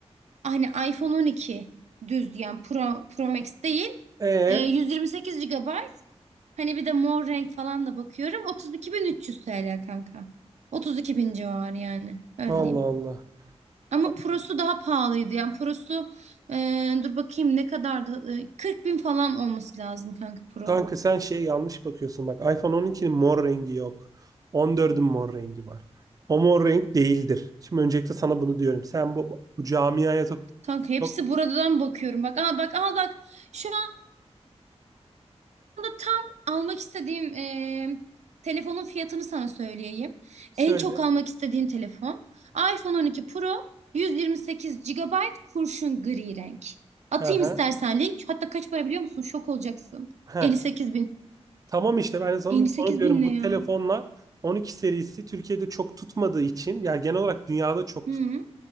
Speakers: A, on the right; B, on the right.
A: hani iPhone 12 düz yani Pro, Pro Max değil.
B: E
A: E, 128 GB. Hani bir de mor renk falan da bakıyorum. 32.300 TL kanka. 32.000 civarı yani. Öyle
B: Allah
A: diyeyim.
B: Allah.
A: Ama
B: A-
A: Pro'su daha pahalıydı. Yani Pro'su e, dur bakayım ne kadardı? E, 40 bin falan olması lazım kanka Pro.
B: Kanka sen şey yanlış bakıyorsun. Bak iPhone 12'nin mor rengi yok. 14'ün mor rengi var. O mor renk değildir. Şimdi öncelikle sana bunu diyorum. Sen bu, bu camiaya çok,
A: Kanka hepsi
B: çok
A: buradan bakıyorum. Bak al bak al bak. şu anda tam almak istediğim eee, telefonun fiyatını sana söyleyeyim.
B: söyle.
A: En çok almak istediğim telefon iPhone 12 Pro 128 GB kurşun gri renk. Atayım
B: Hı hı.
A: istersen link. Hatta kaç para biliyor musun? Şok olacaksın.
B: Heh.
A: 58 bin.
B: Tamam işte ben de sana
A: 58
B: onu diyorum
A: bin ne
B: bu
A: ya?
B: telefonlar 12 serisi Türkiye'de çok tutmadığı için ya genel olarak dünyada çok
A: Hı,
B: tut.